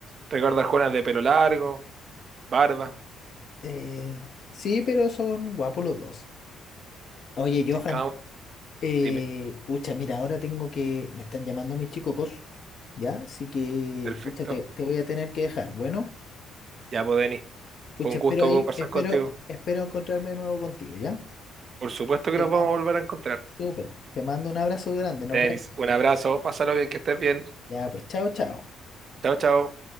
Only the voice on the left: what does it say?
eh, sí, pero son guapos los dos. Oye, Johan.
Eh,
pucha, mira, ahora tengo que, me están llamando mis chicos, ¿ya? Así que,
pucha, te, te voy a tener que dejar. Bueno,
pucha,
espero
ahí,
espero,
espero encontrarme de nuevo contigo, ¿ya?
Te
mando,
súper, te mando un abrazo grande, nos
vemos.
Ya, pues, chao, chao.